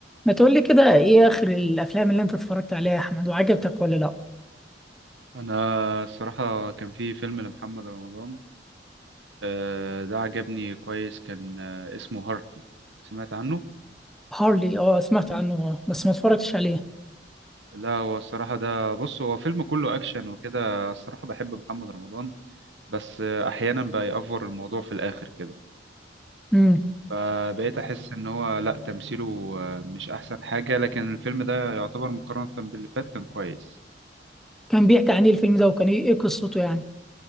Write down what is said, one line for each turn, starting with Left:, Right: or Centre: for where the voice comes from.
Centre: ما تقولي كده ايه اخر الافلام اللي انت اتفرجت عليها يا احمد وعجبتك ولا لا
Right: انا الصراحه كان في فيلم لمحمد رمضان آه، ده عجبني كويس كان آه، اسمه هارتي سمعت عنه
Centre: هارلي اه سمعت عنه آه، بس ما اتفرجتش عليه
Right: لا هو الصراحه ده بص هو فيلم كله اكشن وكده الصراحه بحب محمد رمضان بس آه، احيانا بيأفور الموضوع في الاخر كده
Centre: امم
Right: فبقيت احس ان هو لا تمثيله آه، مش احسن حاجه لكن الفيلم ده يعتبر مقارنه باللي فات كان كويس
Centre: كان بيحكي عن ايه الفيلم ده وكان ايه إيه قصته يعني